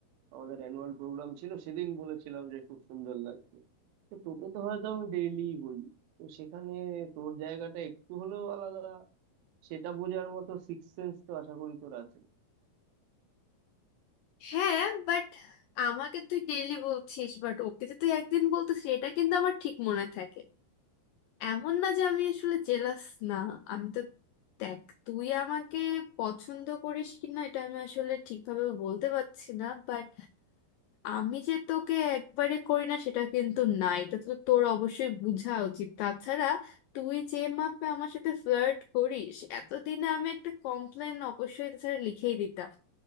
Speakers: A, on the right (about 75°); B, on the left (about 85°).
A: আমাদের অ্যানুয়াল প্রোগ্রাম ছিল সেদিন বলেছিলাম যে খুব সুন্দর লাগছে তো তোকে তো হয়তো আমি ডেইলি বলি তো সেখানে তোর জায়গাটা একটু হলেও আলাদা সেটা বোঝার মতো সিক্স সেন্স তো আশা করি তোর আছে
B: হ্যাঁ বাট আমাকে তুই ডেইলি বলছিস বাট ওকে যে তুই একদিন বলতিস এটা কিন্তু আমার ঠিক মনে থাকে এমন না যে আমি আসলে জেলাস না আমি তো দেখ তুই আমাকে পছন্দ করিস কি না এটা আমি আসলে ঠিকভাবে বলতে পারছি না বাট আমি যে তোকে একবারে করি না সেটা কিন্তু না এটা তো তোর অবশ্যই বোঝা উচিত তাছাড়া তুই যে মাপে আমার সাথে ফ্লার্ট করিস এতদিনে আমি একটা কমপ্লেন অবশ্যই তাছাড়া লিখেই দিতাম